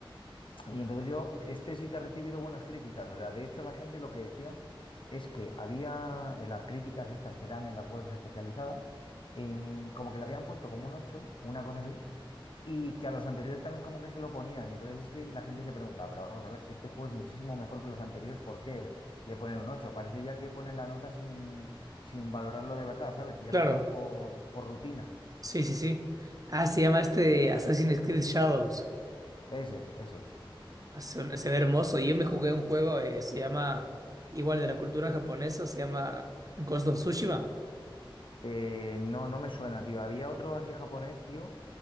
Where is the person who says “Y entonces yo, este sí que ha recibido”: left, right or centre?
Left